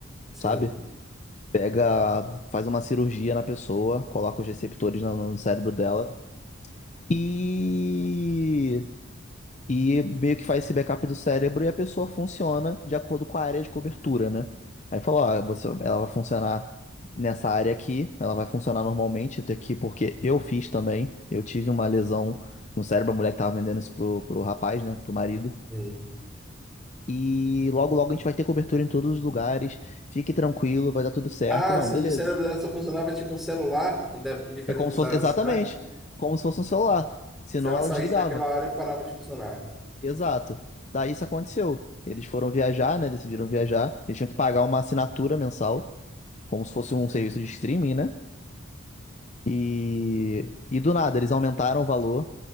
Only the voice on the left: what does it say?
sabe? Pega, faz uma cirurgia na pessoa, coloca os receptores no, no cérebro dela e e meio que faz esse backup do cérebro e a pessoa funciona de acordo com a área de cobertura, né? Aí falou, ó, você, ela vai funcionar nessa área aqui, ela vai funcionar normalmente até aqui, porque eu fiz também, eu tive uma lesão no cérebro, a mulher que tava vendendo isso pro, pro rapaz, né, pro marido.
E logo, logo a gente vai ter cobertura em todos os lugares, fique tranquilo, vai dar tudo certo.
Não,
beleza.
É como se fosse,
exatamente,
como se fosse um celular. Senão
ela
desligava.
Exato. Daí isso aconteceu. Eles foram viajar, né? Decidiram viajar. Eles tinham que pagar uma assinatura mensal, como se fosse um serviço de streaming, né? E, e do nada, eles aumentaram o valor,